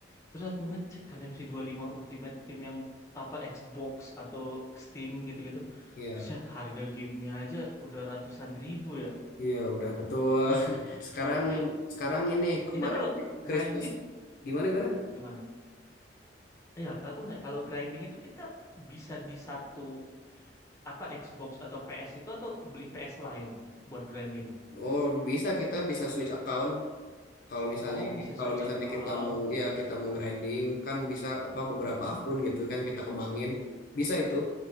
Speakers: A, on the left; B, on the left.
A: terus aku ngecek kan FC lima Ultimate Team yang apa Xbox atau Steam gitu-gitu
B: Iya.
A: set harga gamenya aja udah ratusan ribu ya
B: Iya, udah betul. <laughs> Sekarang
A: jadi
B: sekarang ini kemarin
A: itu kalau grinding
B: Christmas gimana gimana?
A: gimana? Iya, aku nanya, kalau grinding itu kita bisa di satu apa Xbox atau PS itu atau beli PS lain buat grinding?
B: Oh, bisa kita bisa switch account. Kalau misalnya
A: Oh,
B: ini
A: bisa
B: kalau
A: Switch
B: misalnya
A: account.
B: kita mau ya kita mau grinding kan bisa apa beberapa
A: Mhm.
B: akun gitu kan kita kembangin. Bisa itu.